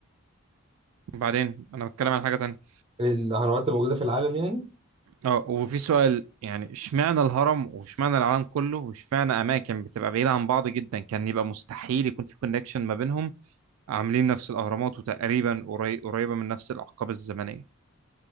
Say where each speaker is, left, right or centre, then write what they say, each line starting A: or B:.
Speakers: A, on the right; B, on the right.
A: وبعدين انا بتكلم عن حاجة تانية
B: الأهرامات الموجودة في العالم يعني
A: اه وفي سؤال يعني اشمعنى الهرم واشمعنى العالم كله واشمعنى اماكن بتبقى بعيدة عن بعض جدا كان يبقى مستحيل يكون في كونكشن ما بينهم عاملين نفس الأهرامات وتقريبا قري- قريبة من نفس الأحقاب الزمنية